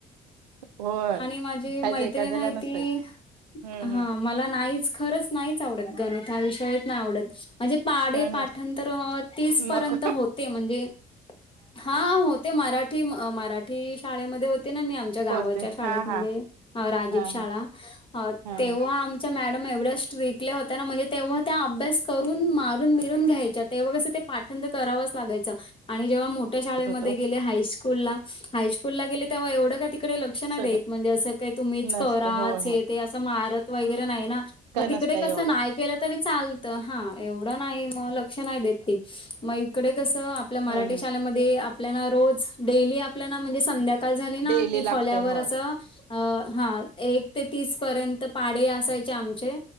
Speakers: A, on the right; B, on the left.
A: होय
B: आणि माझी मैत्रिण
A: काहीच एखाद्याला
B: आहे
A: नसतय
B: ती
A: हम्म
B: हा
A: हम्म
B: मला नाहीच खरंच नाहीच आवडत गणित हा विषय नाहीच आवडत माझे पाढे
A: हम्म
B: पाठांतर तीस
A: हम्म
B: पर्यंत
A: नको
B: होते म्हणजे, हा! हा होते मराठी मराठी शाळेमध्ये होते ना मी आ च्या गावाच्या
A: होते
B: शाळेत
A: हा
B: म्हणजे
A: हा
B: राजीव
A: हा
B: शाळा
A: हा हा
B: तेव्हा
A: हा
B: मॅडम एवढ ट्रिकली होत्या म्हणजे तेव्हा त्या अभ्यास करून मारून बीरून घ्यायच्या तेव्हा कस पाठांतर करावंच लागायच आणि जेव्हा मोठ्या शाळेमध्ये
A: होतो
B: गेले हायस ला हायस्कूल ला गेले तेव्हा एवढं तीकडे लक्ष नाही
A: सगळं
B: देत म्हणजे असं काही तुम्हीच
A: नसतं
B: कराच
A: हो
B: हे
A: हो
B: ते असं मारत वगैरे नाही ना.
A: काय
B: मग तिकडे
A: नसतं एवढं
B: कसं नाही केलं तरी चालत हा एवढं नाही मग लक्ष नाही देत ते. मग इकडे कसं आपल्या मराठी
A: हम्म हम्
B: शाळेमध्ये आपल्याला रोज डेली आपल्या म्हणजे संध्या का काळ झाली ना
A: डेली
B: की
A: लागतय
B: फळ्यावर
A: होय
B: असं अ हा एक ते तीस पर्यंत पाडे असायचे आमचे!